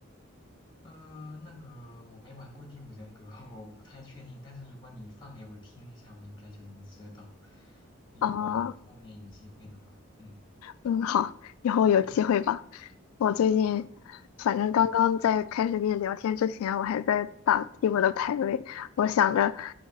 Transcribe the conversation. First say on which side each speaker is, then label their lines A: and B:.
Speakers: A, on the left (about 20°); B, on the left (about 80°).
A: 呃，那个我没玩过《第五人格》<laughs>，我我不太确定。但是如果你放给我听一下，我应该就能知道。如果后面有机会的话，
B: 啊？哦
A: 嗯
B: 嗯，好，以后有机会吧。
A: 嗯，
B: 我最近，
A: 好，
B: 反正刚刚在开始跟你聊天之前，
A: 对，
B: 我还在打帝国的排位。我想着，
A: 哦